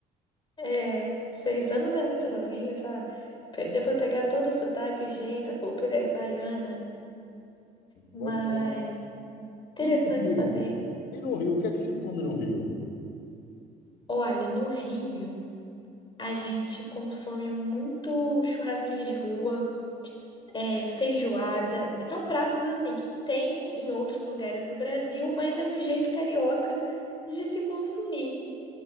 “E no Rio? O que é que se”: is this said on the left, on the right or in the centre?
Left